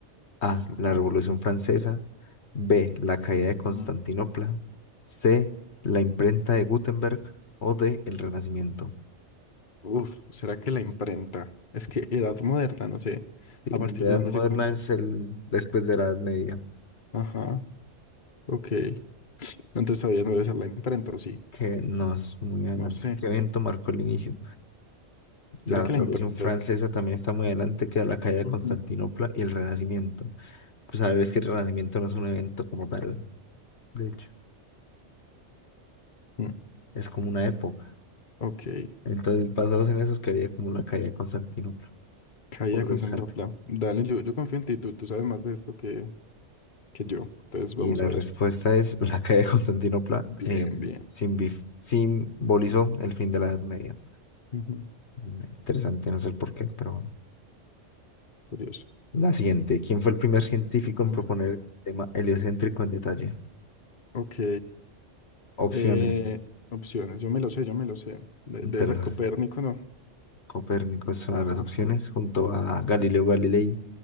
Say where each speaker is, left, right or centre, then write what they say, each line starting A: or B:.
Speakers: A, on the left; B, on the left.
A: A.
B: Ok.
A: La Revolución Francesa. B. La caída de Constantinopla.
B: Mm.
A: C. La imprenta de Gutenberg. O D. El Renacimiento.
B: Uf, ¿será que la imprenta? Es que edad moderna, no sé
A: Sí,
B: a
A: la
B: partir de
A: Edad
B: dónde
A: Moderna
B: se considera.
A: es el después de la Edad Media,
B: Ajá. Ok. Entonces todavía no debe ser la imprenta, ¿o sí?
A: que no es muy adelante.
B: No sé.
A: ¿Qué evento marcó el inicio? La
B: ¿Será que
A: Revolución
B: la imprenta
A: Francesa
B: es que...?
A: también está muy adelante, que la caída de
B: Ujú.
A: Constantinopla y el Renacimiento. Pues a ver, es que el Renacimiento no es un evento como tal, de hecho,
B: Mm,
A: es como una época.
B: Ok,
A: Entonces, basados en eso, quería como la caída de Constantinopla,
B: caída
A: por
B: con
A: descarte.
B: Santopla. Dale, yo, yo confío en ti, tú, tú sabes más de esto que, que yo. Entonces
A: Y
B: vamos
A: la
B: a
A: respuesta
B: ver.
A: es <laughs> la calle de Constantinopla
B: Bien,
A: eh,
B: bien.
A: simbi- simbolizó el fin de la Edad Media.
B: Ujú,
A: Mm, Interesante, no sé el por qué, pero bueno.
B: Curioso.
A: La siguiente. ¿Quién fue el primer científico
B: No tema.
A: en proponer el sistema heliocéntrico en detalle?
B: Ok,
A: Opciones.
B: eh, opciones, yo me lo sé, yo me lo sé. De-
A: Interesantes.
B: debe ser Copérnico, ¿no?
A: Copérnico es
B: Ajá,
A: una de las opciones, junto a Galileo Galilei,